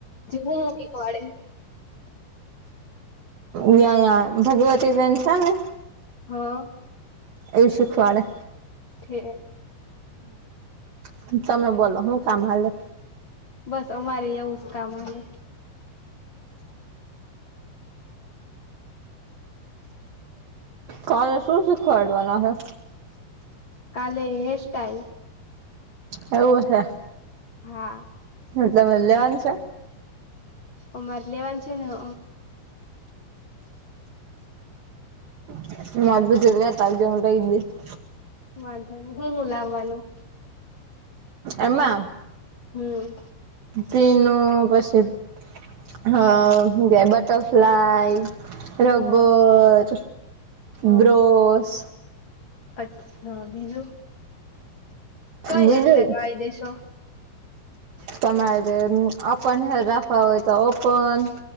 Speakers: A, on the left; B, on the right.
A: હું શીખવાડે
B: વ્યાયા ભગવતી બેન છે ને
A: હા.
B: એ શીખવાડે.
A: ઠે.
B: હું તમે બોલો હું કામ હાલે?
A: બસ અમારેય એવું જ કામ હાલે.
B: કાલ શું શીખવાડવાનાં હે?
A: કાલે હે સ્ટાઈલ.
B: એવું છે.
A: હા.
B: મતલબ અહ લેવાન છે.
A: અમારે લેવાન છે ને હ
B: <unintelligible>
A: વાંધો ની હું હું લાવવાનું?
B: એમાં.
A: હમ્મ.
B: તીનું પસી હ હું કે બટરફ્લાય રબર
A: હ હ
B: બ્રોસ
A: અચ્છા બીજું? કઈ
B: બીજું?
A: હેરસ્ટાઈલ વાળી દેશો
B: તમારે ઓપન હેર રાખવા હોય તો ઓપન.